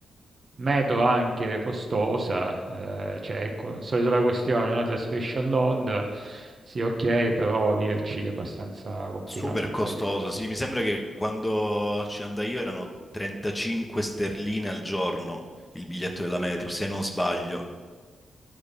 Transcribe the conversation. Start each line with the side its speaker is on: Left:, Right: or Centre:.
Right: metro anche costosa, eh, cioè ecco, solito la questione, no? Trasferisci a Londra, sì ok, però viverci è abbastanza complicato,
Left: Super
Right: immagino.
Left: costoso, sì, mi sembra che quando ci andai io erano 35 sterline al giorno il biglietto della metro, se non sbaglio.